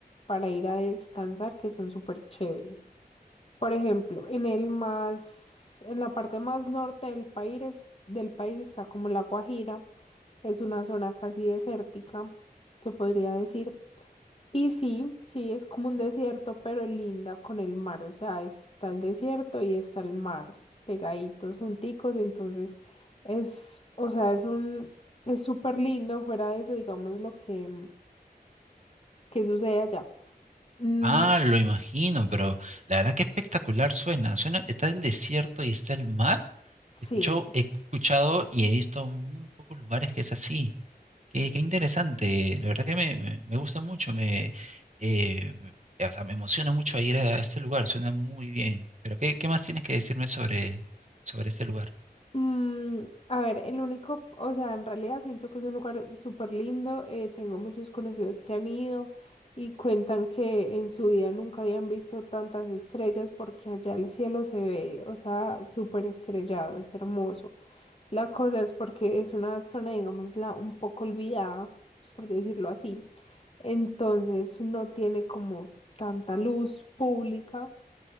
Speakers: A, on the left; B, on the right.
A: para ir a descansar que son súper chéveres. Por ejemplo, en el más, en la parte más norte del país, del país está como La Guajira es una zona casi desértica, se podría decir. Y sí, sí, es como un desierto, pero linda con el mar. O sea, está el desierto y está el mar, pegaditos, junticos. Entonces, es, o sea, es un, es súper lindo fuera de eso, digamos, lo que, que sucede allá. Mm,
B: Ah, lo imagino, pero la verdad que espectacular suena. Suena, está el desierto y está el mar.
A: sí,
B: He escuchado, he escuchado y he visto muy pocos lugares que es así. Qué, qué interesante. La verdad que me, me- me gusta mucho. Me, eh, me- o sea, me emociona mucho ir a este lugar. Suena muy bien. Pero ¿qué, qué más tienes que decirme sobre, sobre este lugar?
A: Mm, a ver, el único, o sea, en realidad siento que es un lugar súper lindo. eh, tengo muchos conocidos que han ido y cuentan que en su vida nunca habían visto tantas estrellas porque allá el cielo se ve, o sea, súper estrellado, es hermoso. La cosa es porque es una zona, digámosla, un poco olvidada, por decirlo así. Entonces no tiene como tanta luz pública